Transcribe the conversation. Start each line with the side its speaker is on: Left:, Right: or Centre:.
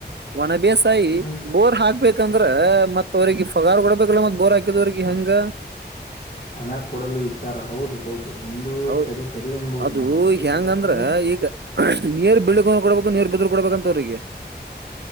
Right: ಒನ ಬೇಸಾಯಿ
Left: ಹ್ಮ್
Right: ಬೋರ್ ಹಾಕ್ಬೇಕು ಯಾಕಂದ್ರ ಮತ್ ಅವ್ರರಿಗೆ ಫಗಾರ್ ಕೊಡ್ಬೇಕಲ್ಲ ಮತ್ ಬೋರ್ ಹಾಕಿದವರಿಗೆ ಹೆಂಗ
Left: ಹಣ ಕೊಡಲು ವಿಚಾರ ಹೌದು ಹೌದು ನಿಮ್ದು
Right: ಹೌ
Left: ಸರಿ ಸರಿ ಅನ್ಬೋದು
Right: ಅದು
Left: ನಾನು
Right: ಹೆ್ಯಾಂಗಂದ್ರ
Left: ಯಾಕಂದ್ರೆ
Right: ಈಗ ನೀರ್ ಬೆಳ್ಕೊಂಡ ಕೊಡ್ಬೇಕು ನೀರ್ <unintelligible> ಕೊಡ್ಬೇಕಂತ ಅವ್ರಿಗೆ